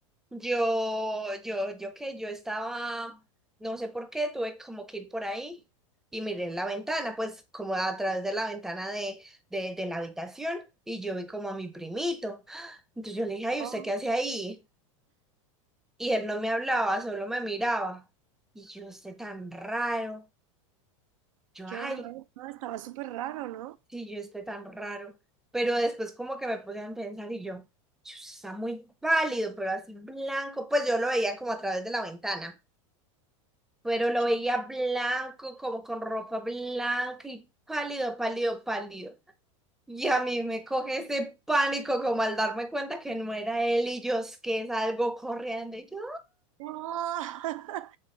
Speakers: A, in the centre; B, on the right (about 75°).
A: yo, yo, yo qué, yo estaba, no sé por qué, tuve como que ir por ahí y miré en la ventana, pues como a través de la ventana de, de, de la habitación y yo vi como a mi primito. Entonces yo le dije, ay,
B: Oh,
A: ¿usted qué hace ahí? Y él no me hablaba, solo me miraba. Y yo, usted tan raro. Yo,
B: qué
A: ay.
B: horror, no, estaba súper raro, ¿no?
A: Sí, yo esté tan raro. Pero después como que me podían pensar y yo, "Chus, está muy pálido, pero así blanco. Pues yo lo veía como a través de la ventana, pero lo
B: Qué-
A: veía blanco, como con ropa blanca y pálido, pálido, pálido. Y a mí me coge ese pánico como al darme cuenta que no era él y yo es que salgo corriendo y yo,
B: ¡Oh! <laughs>